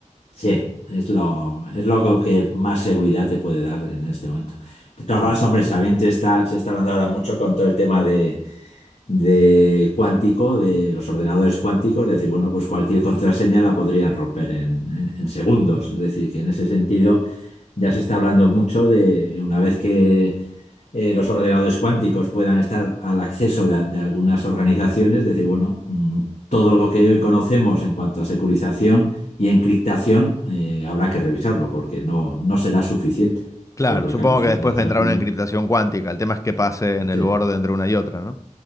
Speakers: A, on the left; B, on the left.
A: sí. Es lo, es lo que más seguridad te puede dar en este momento. De todas
B: Claro.
A: formas, hombre, sabiente está, se está hablando ahora mucho con todo el tema de, de cuántico, de los ordenadores cuánticos, de decir, bueno, pues cualquier contraseña la podrían romper en, en- en segundos. Es decir, que en ese sentido ya se está hablando mucho de una vez que eh, los ordenadores cuánticos puedan estar al acceso de, de algunas organizaciones, decir, bueno, mm, todo lo que hoy conocemos en cuanto a securización y encriptación eh, habrá que revisarlo porque no, no será suficiente
B: Claro,
A: por la
B: supongo
A: capacidad
B: que después
A: de cálculo.
B: vendrá una encriptación cuántica. El tema es que pase en el
A: Sí,
B: borde entre una y otra, ¿no?